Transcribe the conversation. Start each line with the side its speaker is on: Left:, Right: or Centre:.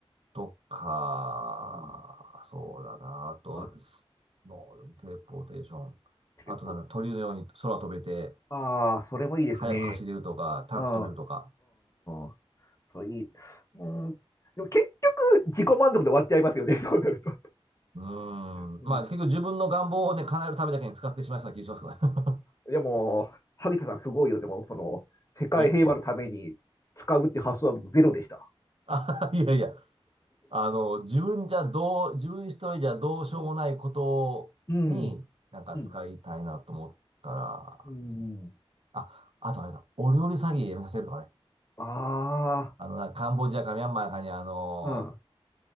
Right: とか、
Left: うん。
Right: そうだな。あと、
Left: あ、
Right: すもう、テレポーテーション。
Left: テレポ。
Right: あとなんだ、鳥のように空飛べて、
Left: ああ、それもいいですね。
Right: 速く走れるとか、高く飛べるとか。
Left: うん。うん。それいい。うん。でも結構自己満足で終わっちゃいますよね、<laughs> そうなると。
Right: うーん。
Left: うん。
Right: まあ、結局自分の願望をね、叶えるためだけに使ってしまいそうな気がしますけどね。
Left: うん。でも、萩田さんすごいよね。でも、その、世界平和のために使うって発想は僕ゼロでした。
Right: <laughs> えあ、いやいや。あの、自分じゃどう、自分一人じゃどうしようもないことに、
Left: うん。うん。
Right: なんか使いたいなと思ったらですね。
Left: うん。うん。
Right: あ、あとあれだ。お料理詐欺やめさせるとかね。
Left: あ
Right: あの、なんかカンボジアかミャンマーかにあの
Left: あ、うん。